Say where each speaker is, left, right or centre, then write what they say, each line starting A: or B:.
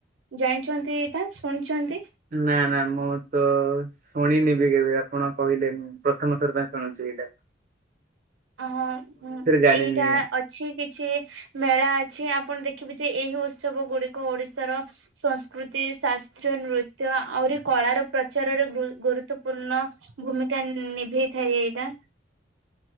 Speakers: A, on the right; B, on the right.
A: ଜାଣିଛନ୍ତି ଏଇଟା ଶୁଣିଛନ୍ତି?
B: ନା ନା ମୁଁ ତ ଶୁଣିନି ବି କେବେ ଆପଣ କହିଲେ ମୁଁ ପ୍ରଥମ ଥର ପାଇଁ ଶୁଣୁଛି। ସେଇଟା।
A: ଅ
B: ଜାଣିନି
A: ଏଇଟା ଅଛି କିଛି ମେଳା ଅଛି ଆପଣ ଦେଖ ଖିବେ ଯେ ଏହି ଉତ୍ସବ ଗୁଡିକ ଓଡିଶାର ସଂସ୍କୃତି ଶାସ୍ତ୍ର ନୃତ୍ୟ ଆହୁରି କ ଳାର ପ୍ରଚାରରେ ଗୁ ଗୁରୁତ୍ୱପୂର୍ଣ୍ଣ ଭୂମିକା ନିଭେଇଥାଏ ଏଇଟା।